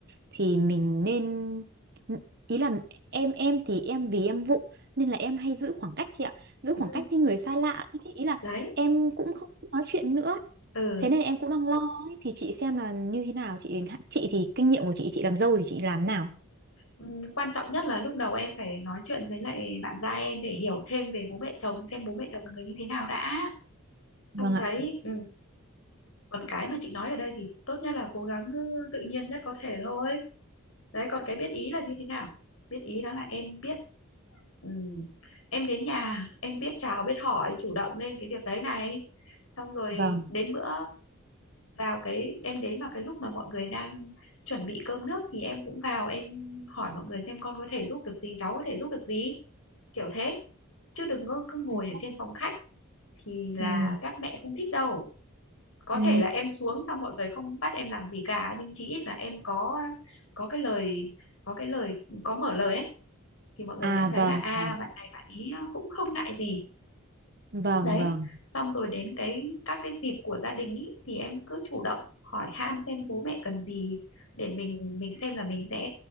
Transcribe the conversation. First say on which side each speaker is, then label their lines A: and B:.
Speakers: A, on the right (about 50°); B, on the left (about 75°).
A: thì mình nên ừ, ý là em em thì em vì em vụng nên là em hay giữ khoảng cách chị ạ. Giữ
B: Ừ,
A: khoảng cách với người xa lạ ý, ý là
B: đấy
A: em cũng không nói chuyện nữa.
B: ừ.
A: Thế nên em cũng đang lo ấy. Thì chị xem là như thế nào chị chị thì kinh nghiệm của chị chị làm dâu thì chị làm nào?
B: Ừ, quan trọng nhất là lúc đầu em phải nói chuyện với lại bạn gia em để hiểu thêm về bố mẹ chồng xem bố mẹ chồng là người như thế nào đã
A: Vâng
B: xong đấy
A: ạ.
B: ừ. còn cái mà chị nói ở đây thì tốt nhất là cố gắng ừ, tự nhiên nhất có thể thôi đấy còn cái biết ý là như thế nào biết ý đó là em biết ừ. em đến nhà em biết chào biết hỏi chủ động lên cái việc đấy này xong rồi
A: Vâng.
B: đến bữa vào cái em đến vào cái lúc mà mọi người đang chuẩn bị cơm nước thì em cũng vào em hỏi mọi người xem con có thể giúp được gì cháu có thể giúp được gì kiểu thế chứ đừng có cứ ngồi
A: Ừ.
B: ở trên phòng khách thì là
A: Ừ.
B: các mẹ không thích đâu có
A: Ừ.
B: thể là em xuống xong mọi người không bắt em làm gì cả nhưng chí ít là em có có cái lời có cái lời có mở lời ấy thì mọi người
A: À
B: sẽ thấy
A: vâng.
B: là à
A: vâng.
B: bạn này bạn ấy cũng không ngại gì
A: Vâng,
B: đấy
A: vâng,
B: xong rồi đến cái các cái dịp của gia đình ý, thì em cứ chủ động hỏi han xem bố mẹ cần gì để mình mình xem là mình sẽ